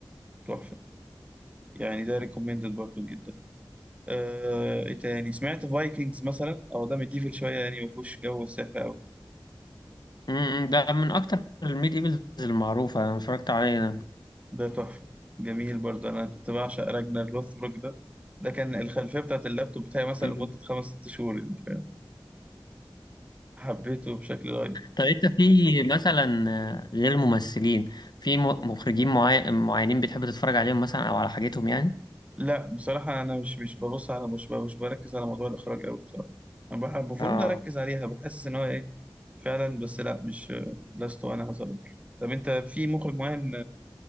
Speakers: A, on the right; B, on the left.
A: تحفة يعني ده ريكومندد برضه جدا آه، ايه تاني سمعت فايكنجز مثلا او ده مديفل شوية يعني ما فيهوش جو السحر قوي
B: أمم، ده من أكتر الميد إيفلز المعروفة أنا اتفرجت عليه ده
A: ده تحفة جميل برضه انا كنت بعشق راجنر لوثبروك ده ده كان الخلفية بتاعت اللابتوب بتاعي مثلا
B: أمم.
A: لمدة خمس ست شهور يعني، فاهم؟ حبيته بشكل رهيب
B: طب أنت في مثلا آه، غير ممثلين في م- مخرجين معي- معينين بتحب تتفرج عليهم مثلا أو على حاجتهم يعني؟
A: لا بصراحة أنا مش مش ببص على مش مش بركز على موضوع الإخراج أوي بصراحة أنا بح- المفروض
B: اه
A: أركز عليها بحسس إن هو إيه فعلا بس لا مش لست أنا هظلم طب أنت في مخرج معين